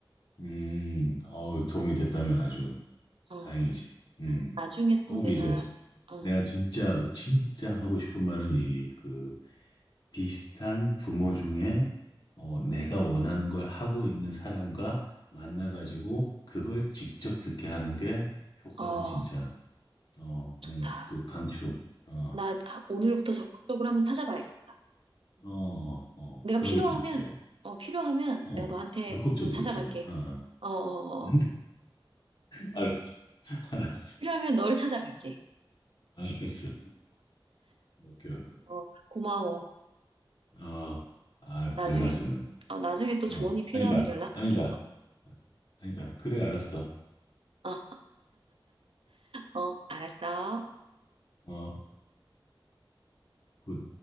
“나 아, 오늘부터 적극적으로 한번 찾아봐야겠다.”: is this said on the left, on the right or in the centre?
Right